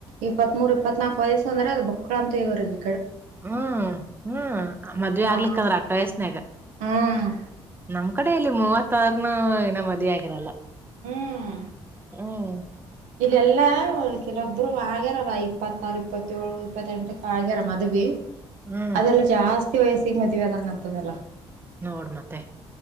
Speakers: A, on the right (about 70°); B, on the right (about 15°).
A: ಇಪ್ಪತ್ತಮೂರು ಇಪ್ಪತ್ನಾಕು ವಯಸ್ಸ ಅಂದ್ರೆ ಅದು ಬಕ್ಳ ಅಂತ ಇವ್ರಿಗೆ
B: ಹ್ಮ ಹ್ಮ್ ಮದ್ವೆ
A: ಜಾಸ್ತಿ
B: ಆಗ್ಲಿಕ್ಕಂದ್ರೆ ಅಟ್ ವಯಸ್ನಾಗ
A: ಹ್ಮ್
B: ನಮ್ ಕಡೆ ಇಲ್ಲಿ ಮೂವತ್ತು ತಾರ್ನು ಇನ ಮದಿ ಆಗಿರಲ್ಲ-
A: ಹ್ಮ್
B: ಹ್ಮ್.
A: ಇಲ್ಲೆಲ್ಲಾ ಕೆಲವೊಬ್ರು ಆಗ್ಯಾರಾರ ಇಪ್ಪತ್ತಾರು ಇಪ್ಪತ್ತಏಳು ಇಪ್ಪತ್ತೆಂಟಕ್ ಆಗ್ಯಾರ ಮದ್ವಿ
B: ಹ್ಮ್
A: ಅದೆಲ್ಲ ಜಾಸ್ತಿ ವಯಸ್ಸಿಗೆ ಮದ್ವೆ ಅದಂಗ ಅಂತದಲ್ಲ
B: ನೋಡ್ ಮತ್ತೆ